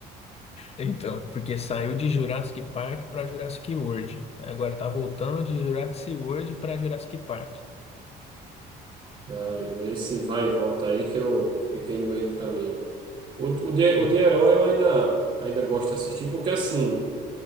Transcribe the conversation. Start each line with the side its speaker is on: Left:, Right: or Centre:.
Left: Então, porque saiu de Jurassic Park para Jurassic World. Aí Agora tá voltando de Jurassic World para Jurassic Park.
Right: tá, amigo? Esse vai e volta aí que eu fiquei no meio do caminho. O, o, de, o
Left: Sim.
Right: de herói eu ainda, ainda gosto de assistir, porque assim,